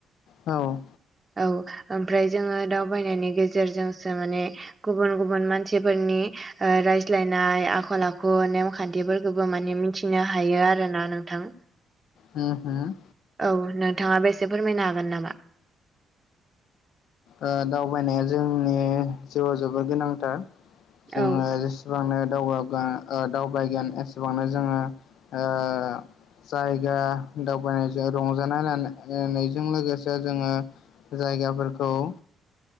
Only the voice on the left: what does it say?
औ।
हो- होम।
ओ दावबायनाया जोंनि जिउआव जोबोद गोनांथार जोङो।
एसेबांनो दावगोन दावबायगोन एसेबांनो जोङो ओ। जायगा दावबायनायजों रंजानाय लानायानायजों लोगोसे जोङो। जायगाफोरखौ ओ